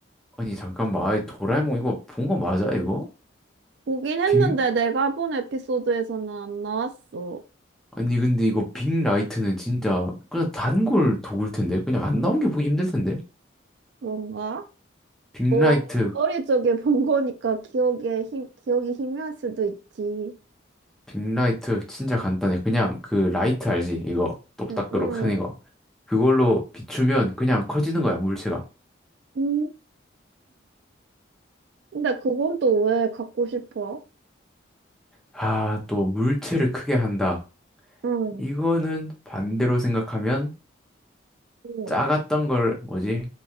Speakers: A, in the centre; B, on the right.
A: 아니 잠깐만 아 도라에몽 이거 본 거 맞아 이거?
B: 보긴 했는데
A: 빅
B: 내가 본 에피소드에서는 안 나왔어.
A: 아니 근데 이거 빅라이트는 진짜 그냥 단골 도구일 텐데 그냥 안 나온 게 보기 힘들 텐데
B: 그런가?
A: 빅라이트
B: 뭐, 어릴 적에 본 거니까 기억에 힘, 기억이 희미할 수도 있지.
A: 빅라이트 진짜 간단해 그냥 그 라이트 알지 이거 똑딱으로
B: 응, 응.
A: 큰 이거 그걸로 비추면 그냥 커지는 거야 물체가
B: 음. 근데 그건 또 왜 갖고 싶어?
A: 아 또 물체를 크게 한다
B: 응,
A: 이거는 반대로 생각하면
B: 응.
A: 작았던 걸 뭐지?